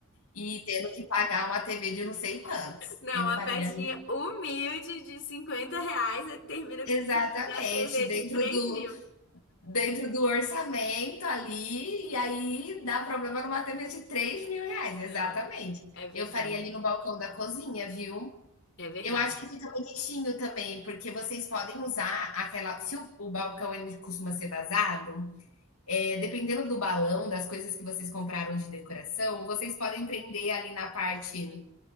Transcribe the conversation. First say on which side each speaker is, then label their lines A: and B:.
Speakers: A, on the left; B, on the left.
A: e tendo que pagar uma TV de não sei quantos.
B: Não,
A: Eu
B: uma
A: faria
B: festinha humilde de 50 reais e termina com
A: exatamente,
B: na TV
A: dentro
B: de 3
A: do
B: mil.
A: dentro do orçamento ali, e aí dá problema numa TV de três mil reais, exatamente.
B: Não, é verdade.
A: Eu faria ali no balcão da cozinha, viu?
B: É verdade.
A: Eu acho que fica bonitinho também, porque vocês podem usar aquela. Se o, o balcão ele costuma ser vazado, É, dependendo do balão, das coisas que vocês compraram de decoração, vocês podem prender ali na parte